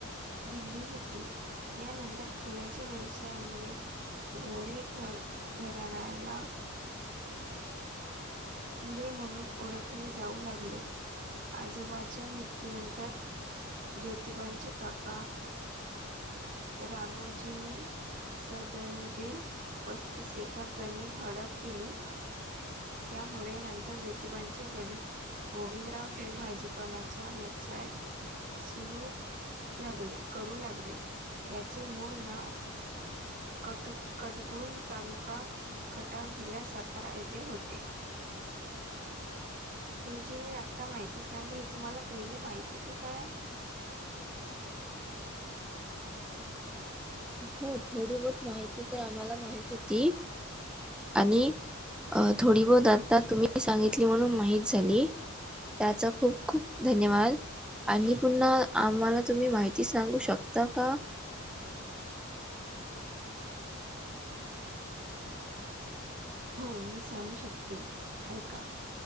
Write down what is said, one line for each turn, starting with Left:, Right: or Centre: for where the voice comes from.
Right: दिली होती यानंतर फुलां च्या व्यवसायामुळे गोरे घर घराण्याला फुले म्हणून ओळखले जाऊ लागले आजोबाच्या मृत्यूनंतर. ज्योतिबांचे काका रानोजीनी. सदरील पस्तीस एकर जमीन हडप केली. त्यामुळे नंतर ज्योतिबांचे वडील गोविंदराव हे भाजीपालाच्या व्य सय सुरू लागले करू लागले याचे मूळ नाव कठ कडगुण तालुका खटाव जिल्ह्यात सातारा येथे होते. <unintelligible> हे जी मी आत्ता माहिती सांगली हे तुम्हाला पहिले माहित होती काय?
Centre: हो थोडी बहत माहिती तर आम्हाला माहित होती. आणि अ थोडी बहुत आता तुम्ही सांगितली म्हणून माहित झाली. त्याचा खूप खूप धन्यवाद. आणि पुन्हा आम्हाला तुम्ही माहिती सांगू शकता का?
Right: हो मी सांगू शकते ऐ का.